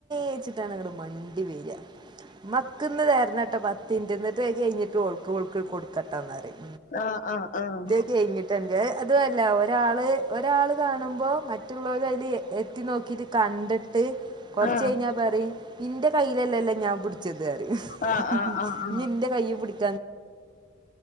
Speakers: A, on the right; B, on the left.
A: വെച്ചിട്ടാണങ്ങട് മ <unintelligible> മ്മാ ക്ക്ന്ന് വെര്‌നെട്ടൊ പത്... ത്ത്ൻ്റെ ന്നട്ട് <unintelligible> എയിഞ്ഞ്ട്ട് ഓൾക്ക് ഒൾക്ക് കൊട്ക്കട്ടാന്നാ റിം.
B: ആഹ് ആഹ് ആഹ്
A: <unintelligible> അതും അല്ല ഒരാള് ഒരാള് കാണുമ്പൊ മറ്റുള്ളവര അയ്ല് എത്തി നോക്കീട്ട് കണ്ട് ഇട്ട് കൊറച്ച്
B: ആഹ്
A: കഴിഞ്ഞാ പറയും നിന്റെ കയ്യില് അല്ലല്ല ഞാൻ പിടിച്ചത് പറയും
B: ആഹ്
A: <unintelligible>
B: ആഹ് ആഹ് ആഹ്
A: ഇന്നി എന്റെ കയ്യേ പിടി <unintelligible>